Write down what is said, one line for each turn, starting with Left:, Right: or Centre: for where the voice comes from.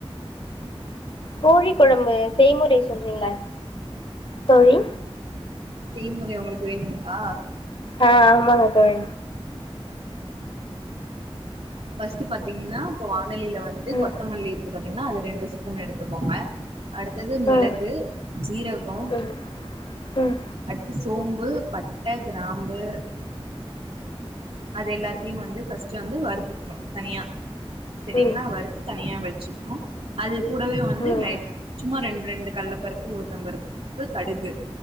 Left: கோழிக்குழம்பு செய்முறை சொல்றீங்ளா தோழி
Right: செய்முறை உங்களுக்கு வேணுங்ளா
Left: ஆ ஆமாங்க தோழி
Right: ஃபஸ்ட் பாத்தீங்கன்னா இப்போ வானலியில வந்து
Left: ம்
Right: கொத்தமல்லி இருக்கு பாத்தீங்ன்னா அது ரெண்டு ஸ்பூன் எடுத்துக்கோங்க அடுத்தது மிளகு
Left: ம்
Right: ஜீரகோம்
Left: ம் ம்
Right: அடுத்து சோம்பு பட்ட கிராம்பு அது எல்லாத்தியு வந்து ஃபஸ்ட் வந்து வருத்துக்கிணு தனியா செரிங்ளா
Left: ம்
Right: வருத் து தனியா வெச்சுக்கிணு அது கூடவே வந்து
Left: ம்
Right: லைட் சும்மா ரெண் ரெண்டு கள்ளப்பருப்பு உளுத்தம் பருப்பு கடுகு